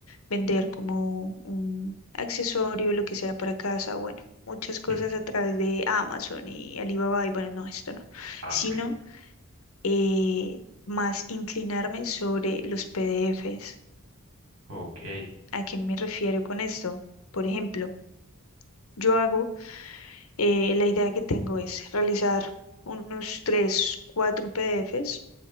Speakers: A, on the left; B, on the right.
A: vender como un accesorio, lo que sea para casa, bueno, muchas cosas
B: mm,
A: a través de Amazon y Alibaba y bueno, no, esto no,
B: Ah,
A: sino
B: ok,
A: eh, más inclinarme sobre los PDFs.
B: ok,
A: ¿A qué me refiero con esto? Por ejemplo, yo hago Eh, la idea que tengo es realizar unos tres, cuatro PDFs